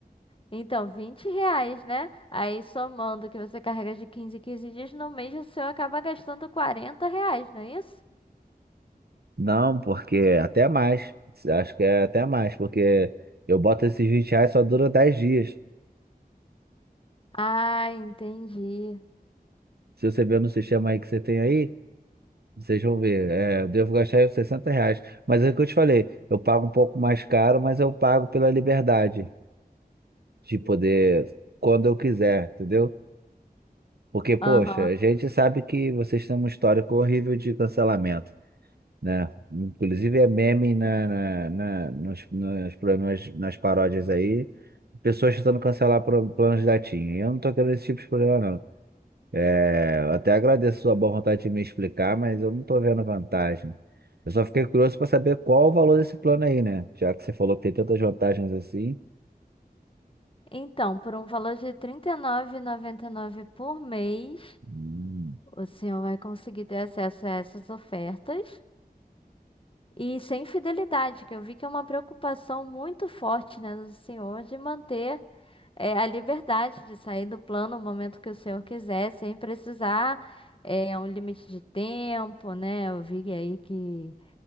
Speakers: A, on the left; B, on the right.
A: então, 20 reais, né? Aí somando o que você carrega de 15 em 15 dias, no mês o senhor acaba gastando quarenta reais, não é isso?
B: Não, porque até mais. Acho que é até mais, porque eu boto esses 20 reais só dura 10 dias.
A: Ah, entendi.
B: Se você ver no sistema aí que você tem aí, vocês vão ver. É, eu devo gastar aí uns 60 reais. Mas é o que eu te falei, eu pago um pouco mais caro, mas eu pago pela liberdade de poder, quando eu quiser, entendeu? Porque, poxa,
A: Aham.
B: a gente sabe que vocês têm um histórico horrível de cancelamento. né? Inclusive é meme na, na, na- nos, nos problemas, nas paródias aí, pessoas tentando cancelar pro- planos da TIM. E Eu não tô querendo esse tipo de problema, não. É, eu até agradeço a sua boa vontade de me explicar, mas eu não tô vendo vantagem. Eu só fiquei curioso para saber qual o valor desse plano aí, né? Já que você falou que tem tantas vantagens assim.
A: Então, por um valor de R$ trinta e nove e noventa e nove por mês,
B: Hum.
A: O senhor vai conseguir ter acesso a essas ofertas e sem fidelidade, que eu vi que é uma preocupação muito forte, né, do senhor de manter eh, a liberdade de sair do plano no momento que o senhor quiser, sem precisar é, um limite de tempo, né? Eu vi aí que